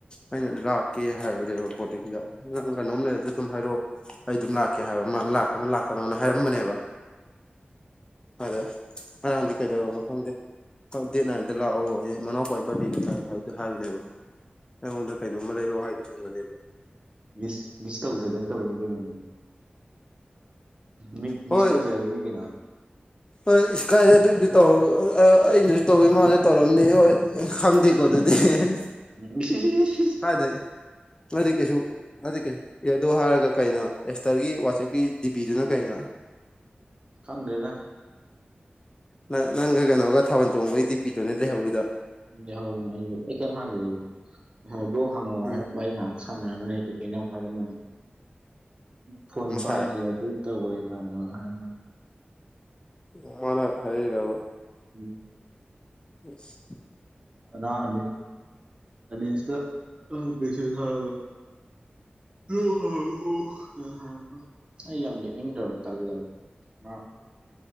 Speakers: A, on the left (about 25°); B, on the right (about 30°).
A: ꯑꯩꯅ ꯂꯥꯛꯀꯦ ꯍꯥꯏꯕꯅꯦꯕ ꯕꯣꯔꯗꯤꯡꯗ ꯅꯪ ꯀꯩꯅꯣꯝ ꯂꯩꯔꯗꯤ ꯑꯗꯨꯝ ꯍꯥꯏꯔꯛꯑꯣ ꯑꯩ ꯗꯨꯝ ꯂꯥꯛꯀꯦ ꯍꯥꯏꯕ ꯃꯥ ꯂꯥꯛꯀꯅꯨ ꯂꯥꯛꯀꯅꯣꯅ ꯍꯥꯏꯔꯝꯕꯅꯦꯕ ꯑꯗ ꯉꯔꯥꯡꯗꯤ ꯀꯩꯗꯧꯔꯕꯅꯣ ꯈꯪꯗꯦ ꯍꯣꯢ ꯗꯦꯠ ꯅꯥꯏꯟꯗ ꯂꯥꯛꯑꯣꯌꯦ ꯃꯅꯥꯎꯄꯥꯏ ꯕꯥꯔꯠꯗꯦꯅꯤ ꯇꯥꯏ ꯍꯥꯏꯗꯣ ꯍꯥꯏꯕꯅꯦꯕ ꯑꯩꯉꯣꯟꯗ ꯀꯩꯅꯣꯝꯃ ꯂꯩꯔꯛꯑꯣ ꯍꯥꯏꯗꯣꯏ ꯑꯣꯏꯔꯝꯒꯅꯦꯕ
B: ꯃꯤꯁ ꯃꯤꯁ ꯇꯧꯖꯗꯅ ꯇꯧꯔꯤꯅꯤ ꯀꯩꯅꯣ ꯃꯤ ꯃꯤꯠ
A: ꯍꯣꯏ
B: ꯃꯤꯁ ꯇꯧꯖꯕꯩꯅꯤ ꯀꯩꯅꯣ
A: ꯍꯣꯏ ꯏꯁ ꯀꯥꯏꯗꯩ ꯑꯗꯨꯗꯤ ꯇꯧꯔ ꯑꯣ ꯑꯥ ꯑꯩꯅꯖꯨ ꯇꯧꯋꯤ ꯃꯥꯅꯖꯨ ꯇꯧꯔꯝꯅꯤ ꯍꯣꯏ ꯈꯪꯗꯦꯀꯣ ꯑꯗꯨꯗꯤ ꯍꯦ ꯍꯦ ꯍꯦ
B: ꯎꯝ ꯢꯁ ꯢꯁ ꯢꯁ
A: ꯀꯥꯏꯗꯩ ꯅꯠꯇꯦ ꯀꯩꯁꯨ ꯑꯗꯨꯗꯤ ꯀꯩ ꯑꯦ ꯑꯗꯣ ꯍꯥꯏꯔꯒ ꯀꯩꯅꯣ ꯑꯦꯁꯇꯔꯒꯤ ꯋꯥꯆꯦꯞꯀꯤ ꯗꯤꯕꯤꯗꯨꯅ ꯀꯩꯅꯣ
B: ꯈꯪꯗ꯭ꯔꯦꯗ
A: ꯅ ꯅꯪꯒ ꯀꯩꯅꯣꯒ ꯊꯥꯕꯜ ꯆꯣꯡꯕꯩ ꯗꯤꯄꯤꯗꯨꯅꯦ ꯂꯩꯍꯧꯋꯤꯗꯣ
B: ꯎꯝ ꯂꯩꯍꯧꯕꯅꯦ ꯑꯩꯖꯨ ꯑꯩ ꯀꯩꯏꯝ ꯍꯥꯏꯗ꯭ꯔꯦ ꯑꯩꯖꯨ ꯉꯁꯥꯏ ꯕ꯭ꯂꯣꯛ ꯍꯥꯡꯉꯛꯑꯣ
A: ꯎꯝ
B: ꯍꯥꯏꯔ ꯋꯥꯔꯤ ꯉꯍꯥꯛ ꯁꯥꯟꯅꯔꯝꯕꯅꯦ ꯀꯩꯀꯩꯩꯅꯣ ꯌꯥꯝ ꯍꯥꯏꯔꯝꯕꯅꯦ ꯐꯣꯟ
A: ꯉꯁꯥꯏ
B: ꯄꯥꯏꯗ꯭ꯔꯦ ꯑꯗꯨ ꯇꯧꯒ꯭ꯔꯦ ꯀꯥꯏꯅꯒ ꯍꯥꯏꯔꯝꯕꯅꯦ
A: ꯑꯣ ꯃꯥꯅ ꯍꯥꯏꯔꯛꯏꯔꯥꯕ
B: ꯎꯝ
A: ꯑꯁ
B: <unintelligible> ꯑꯅꯤꯁꯇ ꯎꯝ ꯃꯦꯁꯦꯁ ꯊꯥꯔꯛꯑꯒ ꯂꯧꯁꯤꯟꯕ ꯉꯝꯗꯕ ꯑꯩ ꯌꯥꯝ ꯌꯦꯠꯅꯤꯡꯗ꯭ꯔꯕ ꯇꯜꯂꯕ ꯃꯥ